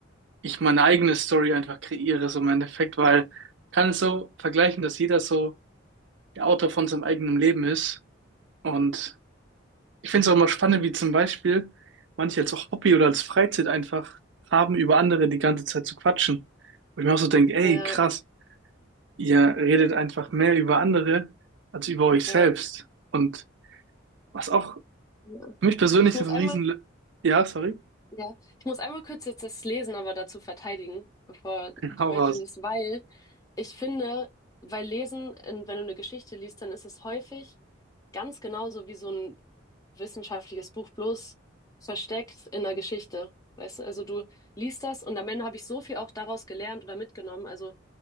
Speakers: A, on the right; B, on the left.
A: ich meine eigene Story einfach kreiere, so im Endeffekt, weil ich kann es so vergleichen, dass jeder so der Autor von seinem eigenen Leben ist. Und ich finde es auch immer spannend, wie zum Beispiel manche als auch Hobby oder als Freizeit einfach haben, über andere die ganze Zeit zu quatschen. Wo ich mir auch so denke, ey,
B: ja,
A: krass, ihr redet einfach mehr über andere als über euch
B: ja.
A: selbst. Und was auch
B: Ja.
A: für mich persönlich
B: Ich muss
A: so ein
B: einmal
A: Riesen... Ja, sorry,
B: Ja, ich muss einmal kurz jetzt das Lesen aber dazu verteidigen, bevor du
A: hau
B: weiterliest,
A: raus.
B: weil ich finde, weil Lesen, in- wenn du eine Geschichte liest, dann ist es häufig ganz genauso wie so ein wissenschaftliches Buch, bloß versteckt in einer Geschichte. Weißt du, also du liest das und am Ende habe ich so viel auch daraus gelernt oder mitgenommen, also